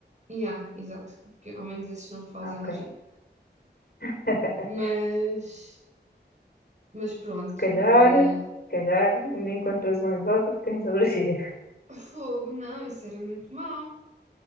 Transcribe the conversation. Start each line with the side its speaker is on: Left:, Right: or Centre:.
Right: E há, exato, porque ao menos esses não me fazem
Left: Ah, ok.
Right: alergia.
Left: <laughs>
Right: Mas, mas pronto,
Left: Se calhar,
Right: olha,
Left: se calhar ainda encontras um exótico que tens <laughs> alergia.
Right: fogo, não, isso era muito mau.